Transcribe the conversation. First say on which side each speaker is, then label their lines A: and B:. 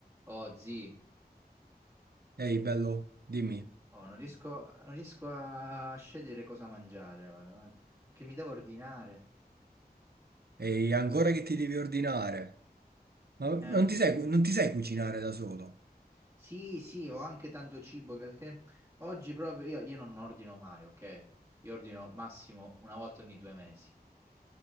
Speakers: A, on the right (about 20°); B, on the right (about 75°).
A: Oh, zii,
B: Ehi, bello, dimmi.
A: oh, non riesco, non riesco a scegliere cosa mangiare ora, guarda, perché mi devo ordinare.
B: Ehi, ancora che ti devi ordinare? Ma non
A: Eh, lo so.
B: ti sai, non ti sai cucinare da solo?
A: sì, sì, ho anche tanto cibo che- perché oggi proprio io, io non ordino mai, ok? Io ordino massimo una volta ogni due mesi,